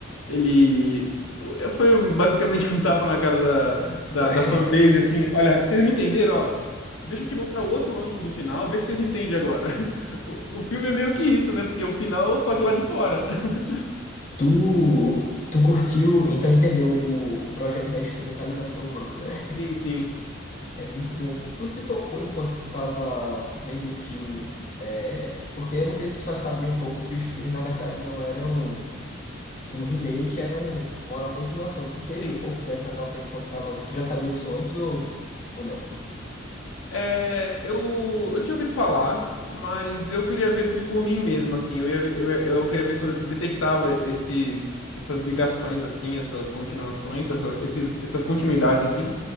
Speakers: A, on the left (about 90°); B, on the left (about 40°).
A: ele o- foi basicamente <laughs> um tapa na cara da, da,
B: <laughs>
A: da fanbase, assim. Olha, vocês não entenderam, ó. Deixa eu te mostrar outro ângulo do final, vê se vocês entendem agora. <laughs> O, o filme é meio que isso, né? Porque é o final, só que lá de fora. <laughs>
B: Tu, tu curtiu, então entendeu o, o projeto da instrumentalização humana, né?
A: Sim, sim,
B: É muito bom. Tu se tocou enquanto tu tava vendo o filme, é, porque eu não sei se tu já sabia um pouco que os filmes, na verdade, não eram um remake, eram uma continuação. Tu teve
A: sim.
B: um pouco dessa noção enquanto tava. Tu já sabia disso antes ou, ou não?
A: É, eu, eu tinha ouvido falar, mas eu queria ver tudo por mim mesmo, assim. Eu ia, ver- eu, eu queria ver se eu detectava esses, essas ligações, assim, essas continuações, essas, esses, essas continuidades, assim.